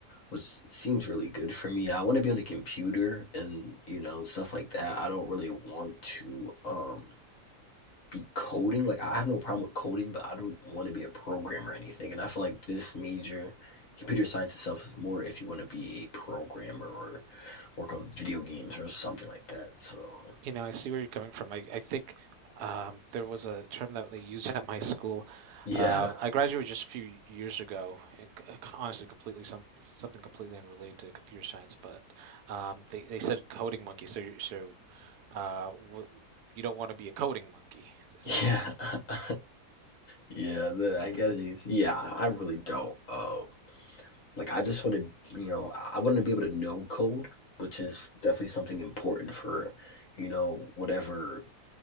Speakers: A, on the left; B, on the right.
A: which seems really good for me. I want to be on a computer and you know stuff like that. I don't really want to um, be coding. Like I have no problem with coding, but I don't want to be a programmer or anything. And I feel like this major, computer science itself, is more if you want to be a programmer or work on video games or something like that. So
B: You know, I see where you're coming from. I, I think um, there was a term that they used <laughs> at my school.
A: yeah,
B: Uh, I graduated just a few years ago, and c- honestly, completely some something completely unrelated to computer science. But um, they they said coding monkey. So you so uh, w you don't want to be a coding monkey. Is, is
A: <laughs>
B: that?
A: yeah, <laughs> yeah. The, I
B: uh,
A: guess he's yeah. I I really don't. Um, like I just want to, you know, I want to be able to know code, which is definitely something important for, you know, whatever